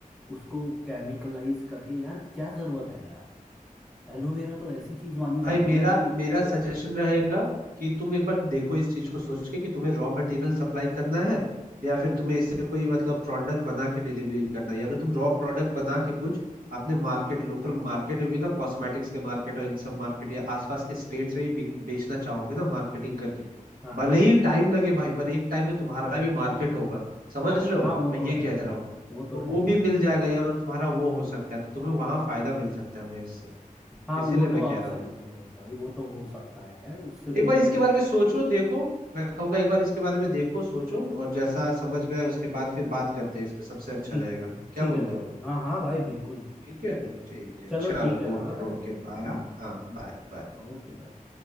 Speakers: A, in the centre; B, on the right.
A: उसको केमिकलाइज करके यार क्या जरूरत है यार एलोवेरा तो ऐसी चीज मानी जाती
B: भाई मेरा
A: है भाई
B: मेरा सजेशन रहेगा कि तुम एक बार देखो इस चीज को सोच के कि तुम्हें रॉ मटेरियल सप्लाई करना है या फिर तुम्हें इससे कोई मतलब प्रोडक्ट बना के डिलीवरी करना है या अगर तुम रॉ प्रोडक्ट बना के कुछ अपने मार्केट लोकल मार्केट में भी ना कॉस्मेटिक्स के मार्केट और इन सब मार्केट या आसपास के स्टेट्स में भी बिक- बेचना चाहोगे ना मार्केटिंग करके
A: हाँ
B: भले ही टाइम लगे भाई पर एक टाइम में तुम्हारा भी मार्केट होगा समझ रहे हो
A: हाँ वो
B: मैं
A: तो
B: ये
A: है
B: कह
A: भाई
B: रहा हूँ
A: वो तो
B: तो
A: है
B: वो भी
A: भाई
B: मिल जाएगा यार और तुम्हारा वो हो सकता है तो तुम्हें वहां फायदा मिल सकता है भाई उससे
A: हाँ
B: इसीलिए
A: वो
B: मैं
A: तो आप
B: कह रहा
A: सही
B: हूँ
A: बोल रहे हो भाई वो तो हो सकता है खैर उससे
B: एक
A: फिर
B: बार इसके बारे में सोचो देखो मैं कहूंगा एक बार इसके बारे में देखो सोचो और जैसा समझ में आए उसके बाद फिर बात करते हैं इस पे सबसे अच्छा
A: ठीक
B: रहेगा क्या
A: ठीक
B: बोलते
A: है भाई
B: हो
A: हाँ हाँ भाई बिल्कुल
B: ठीक है
A: ठीक है
B: ठीक है
A: चलो
B: चलो
A: ठीक है हाँ
B: ओके
A: भाई
B: ओके बाय
A: हाँ हाँ
B: हाँ बाय बाय
A: ओके भाई